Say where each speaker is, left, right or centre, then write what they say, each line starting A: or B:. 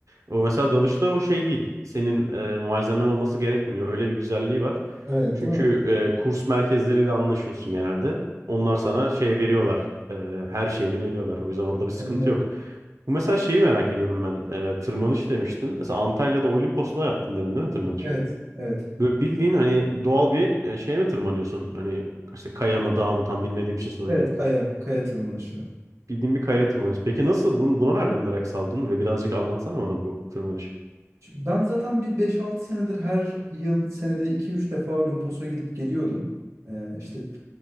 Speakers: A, on the right; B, on the right.
A: O mesela dalışta o şey değil. Senin e, malzemen olması gerekmiyor. Öyle bir güzelliği var.
B: Evet,
A: Çünkü
B: değil mi?
A: e, kurs merkezleriyle anlaşıyorsun genelde. Onlar sana şey veriyorlar. e, her şeyini veriyorlar. O yüzden orada bir sıkıntı
B: Anlıyorum.
A: yok. Bu mesela şeyi merak ediyordum ben. E, tırmanış demiştin. Mesela Antalya'da Olimpos'ta yaptın dedin değil mi tırmanış?
B: Evet, evet.
A: Böyle bildiğin hani doğal bir e, şeye mi tırmanıyorsun? Hani işte kaya mı dağ mı tam bilmediğim için soruyorum.
B: Evet, kaya, kaya tırmanışı.
A: Bildiğin bir kayaya tırmanıyorsun. Peki nasıl bun- buna nereden merak saldın ve birazcık anlatsana bana bu tırmanış.
B: Şimdi ben zaten bir beş altı senedir her yıl senede iki üç defa Olimpos'a gidip geliyordum. Ee, işte